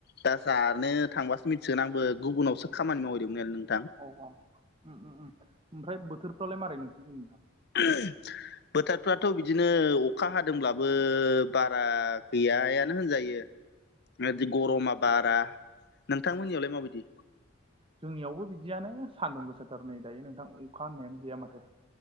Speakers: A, on the left; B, on the right.
A: दा जानो थांबासो मिथिगोन आंबो गुबुनावसो खामानि मावहैदोंमोन नों
B: अ औ ओमफ्राय बोथोरफ्रालाय मारै नोंसिनिथिं नोंथां
A: <unintelligible> बोथोरफ्राथ' बिदिनो अखा हादोंब्लाबो बारा गैयानो होनजायो
B: <inaudible>
A: दि गरमा बारा नोंथांमोननियावलाय माबायदि
B: जोंनियावबो बिदियानो सान्दुं गोसाथार नै दायो नोंथां अखा होननायानो गैया माथो